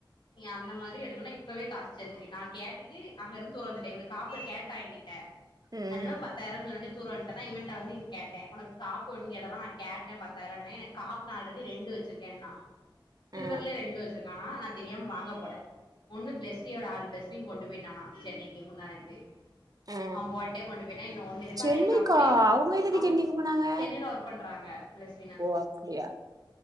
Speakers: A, on the left; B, on the right.
A: நீ அந்த மாத் திரி எடுக்கன்னா இப்பவே காசு சேத்துரு நா கேட்டுட்டு அங்கருந்து தூர வந்துட்டே இவனுக்கு காப்பு கேட்டா எங்கிட்ட
B: ம்
A: அதனால பாத் தாயிரூவான் சொன்னோனே தூர வந்ட்டனா இவன்ட்ட வந்து இங்க கேட்டே ஒனக்கு காப்பு வேனுன் கேட்டனா நா கேட்டே பத்தாயிரூவான்னே எனக் காப்பு நா ஆல்ரெடி ரெண்டு வெச்சிருக்கேன்னா சில்வர்லே
B: ஆ
A: ரெண்டு வெச்சிருக்கானா நா தெரியாம வாங்க போல ஒன்னு பிளஸ்வியோட ஆள் பிளஸ்வின் கொண்டு போய்ட்டானா சென்னைக்கு முந்தானேத்து
B: ஆ
A: அவ போன டைம் கொண்டு போய்ட்டா இன்னு ஒன்னு இருக்கு
B: சென்னைக்கா
A: ஆனா எனக்கு அப்டி வே
B: அவங்க எதுக்கு
A: அவ்ங்க
B: சென்னைக்கு போனாங்க
A: சென்னைல ஒர்க் பண்றாங்க பிளஸ்
B: ஓ அப்டியா